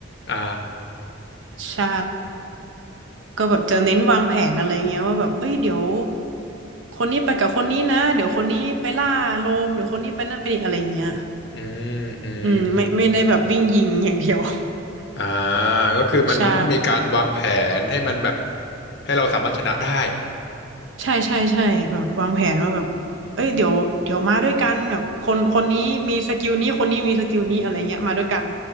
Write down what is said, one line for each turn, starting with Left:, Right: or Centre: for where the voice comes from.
Left: อ่า
Right: ใช่ ก็แบบจะเน้นวางแผนอะไรเงี้ยว่าแบบเอ้ยเดี๋ยวคนนี้ไปกับคนนี้นะเดี๋ยวคนนี้ไปล่าโลมเดี๋ยวคนนี้ไปนั่นไปนี่อะไรเงี้ย
Left: อืมอืม
Right: อืมไม่ไม่ได้แบบวิ่งยิงอย่างเดียว <laughs>
Left: อ่าก็คือมันมันต้องมีการวางแผนให้มันแบบ
Right: ใช่
Left: ให้เราสามารถชนะได้
Right: ใช่ใช่ใช่แบบวางแผนว่าแบบเอ้ยเดี๋ยวเดี๋ยวมาด้วยกันแบบคนคนนี้มีสกิลนี้คนนี้มีสกิลนี้อะไรเงี้ยมาด้วยกัน